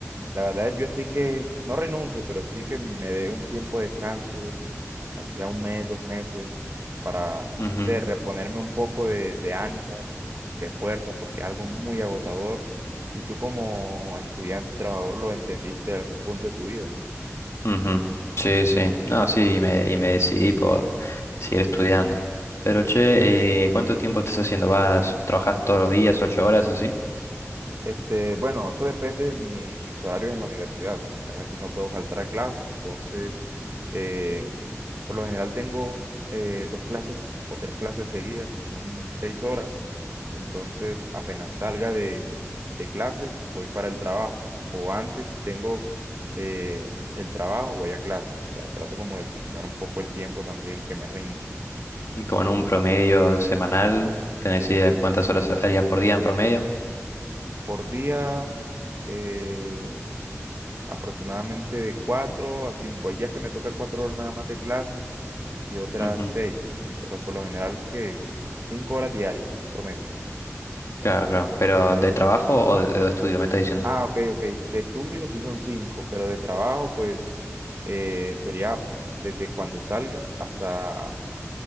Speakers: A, on the right; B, on the left.
A: La verdad, yo estoy que no renuncio, pero sí que me dé un tiempo de descanso así sea un mes, dos meses, para, no
B: Ujú.
A: sé, reponerme un poco de, de ánimos, de fuerza, porque es algo muy agotador y tú como estudiante y trabajador lo entendiste en algún punto de tu vida.
B: Ujú. Sí, sí. No, sí, y me, y me decidí por seguir estudiando. Pero che, eh, ¿cuánto tiempo estás haciendo? ¿Vas, trabajas todos los días, ocho horas así?
A: Este, bueno, eso depende de mi- mis horarios en la universidad. Obviamente no puedo faltar a clase, entonces eh, Por lo general tengo eh, dos clases o tres clases seguidas, que son seis horas. Entonces, apenas salga de, de clases, voy para el trabajo. O antes tengo eh, el trabajo, voy a clase. O sea, trato como de combinar un poco el tiempo también que me rinde.
B: Y con un promedio semanal, ¿tenés idea de cuántas horas harías por día en promedio?
A: Por día, eh, aproximadamente de cuatro a cinco. Hay días que me toca cuatro horas nada más de clases y otras
B: Ujú.
A: seis, pero por lo general que cinco horas diarias promedio.
B: Claro, claro. ¿Pero de trabajo o de, de estudio, me estás diciendo?
A: Ah, ok, ok. De estudio sí son cinco, pero de trabajo, pues eh, sería desde cuando salga hasta,